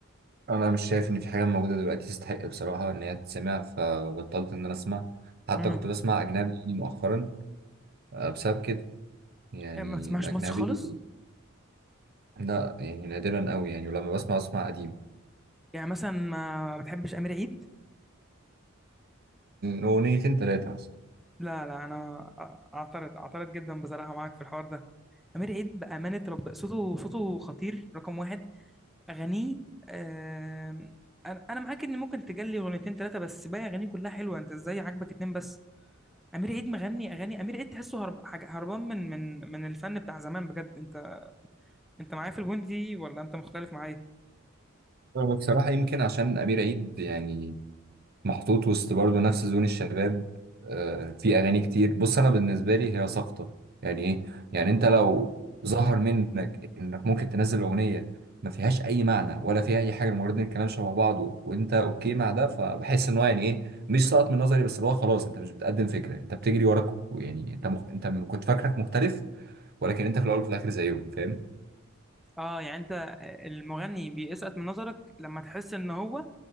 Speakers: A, on the right; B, in the centre.
A: انا مش شايف ان في حاجة موجودة دلوقتي تستحق بصراحة ان هي تتسمع فبطلت ان انا اسمع حتى
B: مم.
A: كنت بسمع اجنبي يعني مؤخرا آه، بسبب كده يعني
B: يعني ما بتسمعش
A: الاجنبي
B: مصر خالص
A: لا يعني نادرا قوي يعني ولما بسمع اسمع قديم
B: يعني مثلا ما ما بتحبش امير عيد
A: اغنيتين ثلاثة مثلا
B: لا لا انا اعترض اعترض جدا بصراحه معاك في الحوار ده امير عيد بامانه رب صوته صوته خطير رقم واحد اغانيه آم، انا انا معاك ان ممكن تجلي اغنيتين ثلاثه بس باقي اغانيه كلها حلوه انت ازاي عاجبك اتنين بس امير عيد مغني اغاني امير عيد تحسه هرب حاجة- هربان من من من الفن بتاع زمان بجد انت انت معايا في البوينت دي ولا انت مختلف معايا
A: هو بصراحة يمكن عشان أمير عيد يعني محطوط وسط برضه نفس زون الشباب آه، في اغاني كتير بص انا بالنسبه لي هي ساقطه يعني ايه يعني انت لو ظهر منك انك ممكن تنزل اغنيه ما فيهاش اي معنى ولا فيها اي حاجه مجرد ان الكلام شبه بعضه وانت اوكي مع ده فبحس ان هو يعني ايه مش ساقط من نظري بس اللي هو خلاص انت مش بتقدم فكره انت بتجري وراك يعني انت مخ... انت م- كنت فاكرك مختلف ولكن انت في الاول وفي الاخر زيهم فاهم
B: اه يعني انت المغني بيسقط من نظرك لما تحس ان هو